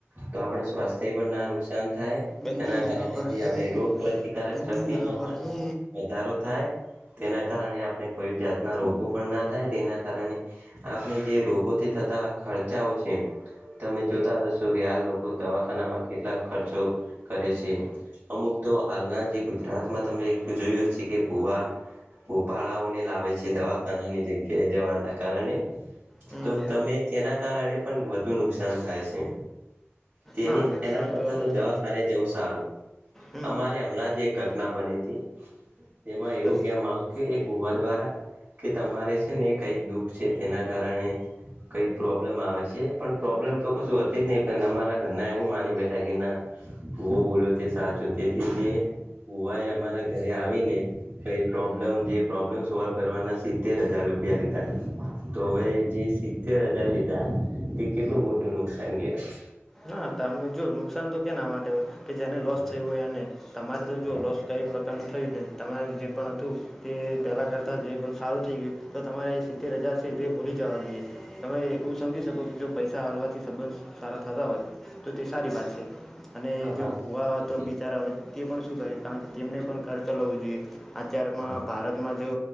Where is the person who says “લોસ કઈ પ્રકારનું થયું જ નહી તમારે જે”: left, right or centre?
Centre